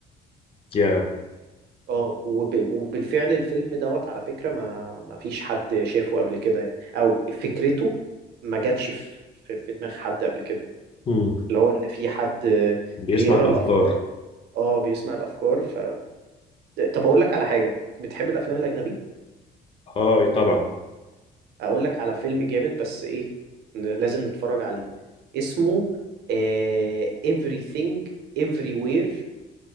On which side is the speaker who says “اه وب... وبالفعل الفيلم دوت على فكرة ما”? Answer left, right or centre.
Right